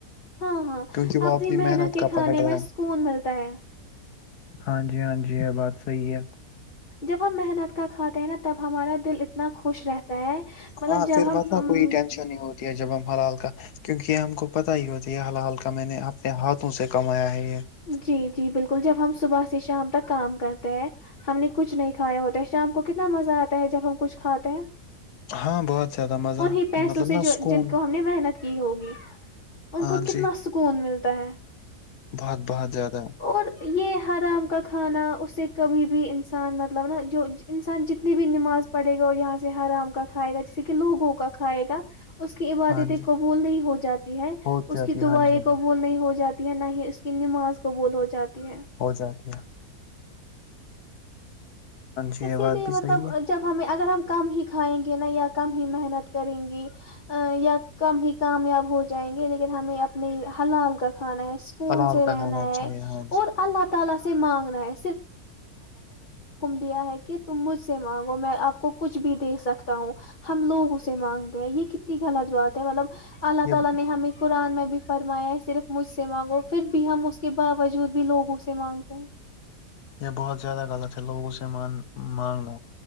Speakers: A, on the left; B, on the left.
A: ہاں ہاں
B: کیونکہ وہ
A: اپنی محنت کے
B: کا
A: کھانے
B: پکڑ رہا
A: میں
B: ہے
A: سکون ملتا ہے
B: ہاں جی ہاں جی یہ بات صحی ہے
A: جب ہم محنت کا کھاتے ہیں نا تب ہمارا دل اتنا خوش رہتا ہے مطلب
B: ہاں
A: جب
B: پھر
A: ہم
B: متا
A: ام
B: کوئی ٹینشن نہیں ہوتی ہے جب ہم ہر حال کا کیونکہ یہ ہم کو پت ہی ہوتی ہے حال حال کا میں نے اپنے ہاتھوں سے کمایا ہے یہ
A: جی جی بالکل بالکل جب ہم صبح سے شام تک کام کرتے ہیں ہم نے کچھ نہیں کھایا ہوتا ہے شام کو کتنا مزہ آتا ہے جب ہم کچھ کھاتے ہیں
B: ہاں بہت زیادہ مزہ
A: انیں پیسوں
B: مطلب
A: سے
B: نا
A: جو
B: سکون
A: جن کو ہم نے محنت کی ہوگی ان
B: ہاں
A: کو کتنا
B: جی
A: سکون ملتا ہے
B: بہت بہت زیادہ
A: اور یہ حرام کا کھانا اسے کبھی بھی انسان مطلب نا جو انسان جتنی بھی نماز پڑے گا اور یہاں سے ہرام کا کھائے گا جیسے کہ لوگوں کا کھائے گا اس کی عبادتیں
B: ہاں جی
A: قبول نہیں ہو جاتی ہے
B: ہو
A: اس
B: جاتی
A: کی
B: ہے ہاں
A: دعائیں
B: جی ہاں
A: قبول
B: جی
A: نہیں ہو جاتی نہیں اس کی نماز قبول ہو جاتی ہے
B: ہو جاتی ہیں جی
A: اسی
B: یہ بات
A: لیے
B: بھی
A: مطلب
B: صحیح ہے
A: جب ہمیں اگر ہم کم ہی کھائیں گے نا یا کم ہی محنت کریں گی یا کم ہی کامیاب ہو جائیں گے لیکن ہمیں اپنی حلال کا کھانا ہے سکون
B: حلال
A: سے
B: کا
A: رہنا
B: کھانا
A: ہے
B: چاہیے ہاں جی
A: اور اللہ ت ہمیں اوپر والے سے مانگنا ہے لیا ہے کہ تم مجھ سے مانگو میں آپ کو کچھ بھی دے سکتا ہوں ہم لوگ اسے مانگتے ہیں یہ کتنی غلط بات ہے مطلب اللہ
B: یہ
A: تعالی نے ہمیں قرآن میں بھی فرمایا ہے صرف مجھ سے مانگو پھر بھی ہم اس کے باوجود بھی لوگوں سے مانگتے ہیں
B: یہ بہت زیادہ غلط ہے لوگوں اسی سامان مانگنا